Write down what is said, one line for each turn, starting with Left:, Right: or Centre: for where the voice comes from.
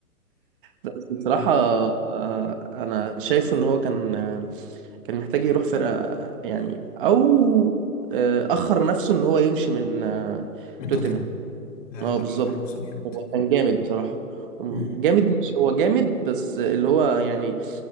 Right: بس بصراحة
Left: آه،
Right: آه، أنا شايفه إن هو كان آه، كان محتاج يروح فرقة يعني أو آه، أخر نفسه إن هو يمشي من آه،
Left: من
Right: توتنهام
Left: توتنهام لا
Right: أه
Left: لا
Right: بالظبط
Left: أخر نفسه جامد
Right: هو كان جامد بصراحة
Left: مم.
Right: جامد مش هو جامد بس اللي هو يعني